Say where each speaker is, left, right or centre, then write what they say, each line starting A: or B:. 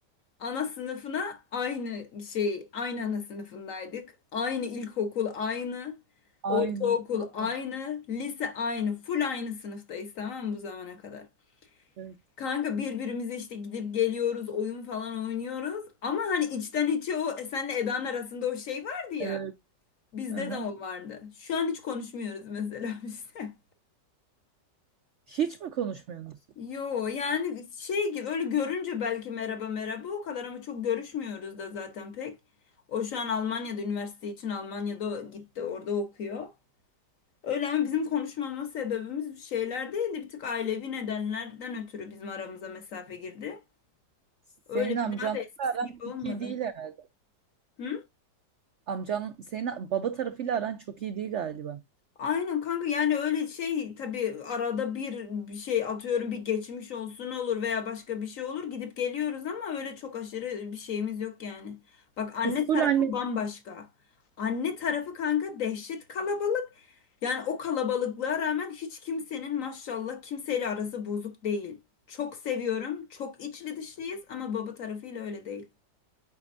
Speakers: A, on the left; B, on the right.
A: Ana sınıfına aynı şey, aynı ana sınıfındaydık. Aynı ilkokul aynı,
B: Aynen.
A: ortaokul
B: Allah,
A: aynı, lise aynı, full aynı sınıftayız tamam mı bu zamana kadar?
B: Evet.
A: Kanka birbirimize işte gidip geliyoruz, oyun falan oynuyoruz. Ama hani içten içe o e, senle Eda'nın arasında o şey vardı ya.
B: Evet.
A: Bizde
B: Aha.
A: de o vardı. Şu an hiç konuşmuyoruz mesela <laughs> bizde.
B: Hiç mi konuşmuyorsunuz?
A: Yo yani şey gibi öyle görünce belki merhaba merhaba o kadar ama çok görüşmüyoruz da zaten pek. O şu an Almanya'da üniversite için Almanya'da gitti orada okuyor. Öyle ama bizim konuşmama sebebimiz şeyler değildi. Bir tık ailevi nedenlerden ötürü bizim aramıza mesafe girdi.
B: Senin
A: Öyle
B: amcanla
A: bir daha da eskisi
B: aran
A: gibi olmadı.
B: çok iyi değil herhalde.
A: Hı?
B: Amcan senin baba tarafıyla aran çok iyi değil galiba.
A: Aynen kanka yani öyle şey tabii arada bir bir şey atıyorum bir geçmiş olsun olur veya başka bir şey olur gidip geliyoruz ama öyle çok aşırı bir şeyimiz yok yani. Bak anne
B: Siz full
A: tarafı
B: anne.
A: bambaşka. Anne tarafı kanka dehşet kalabalık. Yani o kalabalıklığa rağmen hiç kimsenin maşallah kimseyle arası bozuk değil. Çok seviyorum. Çok içli dışlıyız ama baba tarafıyla öyle değil.